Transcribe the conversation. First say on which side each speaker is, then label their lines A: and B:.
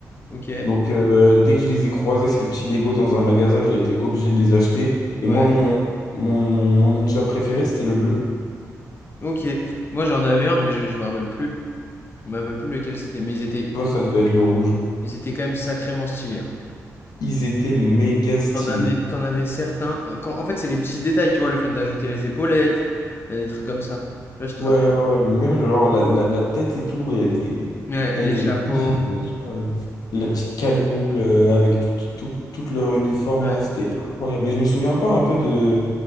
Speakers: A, on the left; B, on the left.
A: Ok.
B: Donc euh, dès que je les ai croisés, ces petits Lego dans un magasin, j'ai été obligé de les acheter.
A: Ouais.
B: Et moi, mon, mon, mon, mon ninja préféré, c'était le bleu.
A: Ok. Moi, j'en avais un, mais je, je me rappelle plus. Je me rappelle plus lequel c'était. Mais ils étaient,
B: Toi, ça devait être le rouge.
A: ils étaient quand même sacrément stylés. hein.
B: Ils étaient méga stylés.
A: T'en avais, t'en avais certains. euh, Quand, en fait, c'est les petits détails, tu vois, le fait d'ajouter les épaulettes, euh, des trucs comme ça. Je sais pas si tu
B: Ouais,
A: te rappelles.
B: ouais, ouais, mais même genre, la, la, la tête et tout, elle était,
A: Ouais,
B: elle
A: les
B: était
A: chapeaux.
B: magnifique. genre. Ouais. La petite cagoule euh, avec tout, tout, tout leur uniforme
A: Ouais.
B: là, c'était incroyable. Mais je me souviens pas un peu de,